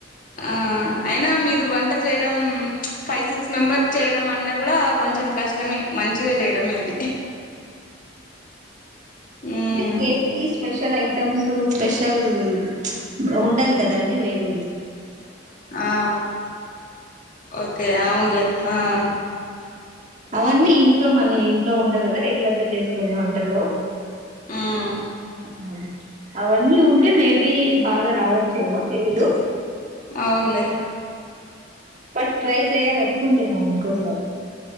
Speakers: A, on the left (about 45°); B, on the right (about 40°).
A: ఆహ్ అయినా మీరు వంట చేయడం ప్చ్ స్పైసీ. మెంబర్క్ చేయడం అన్న కూడా కొంచెం కష్టమే. మంచిగా చేయడమే ఇది ఉమ్.
B: అంటే కేక్ కి స్పెషల్ ఐటమ్స్ స్పెషల్ ప్చ్ ఉండాలి కదండి వైవి.
A: ఆహ్ ఓకే అవునులే ఆహ్.
B: అవన్నీ ఇంట్లో మన ఇంట్లో ఉండకదా రెగ్యులర్ గా చేసుకోనే వంటల్లో.
A: ఉమ్
B: ఉమ్. అవన్నీ ఉంటే మేబి బాగా రావచ్చేమో తెలీదు.
A: అవునులే.
B: బట్ ట్రై చెయాలనుకుంటున్నాను ఇంకోసారి.